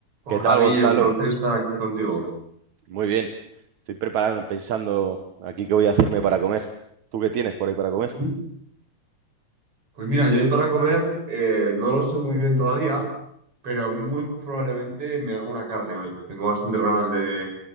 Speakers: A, on the right (about 75°); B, on the right (about 50°).
A: ¿Qué
B: Hola
A: tal, Gonzalo?
B: Guille, un placer estar aquí contigo.
A: Muy bien. Estoy preparando, pensando aquí qué voy a hacerme para comer. ¿Tú qué tienes por ahí para comer?
B: Ujú. Pues mira, yo hoy para comer eh, no lo sé muy bien todavía, pero muy probablemente me haga una carne hoy. Tengo bastantes ganas de,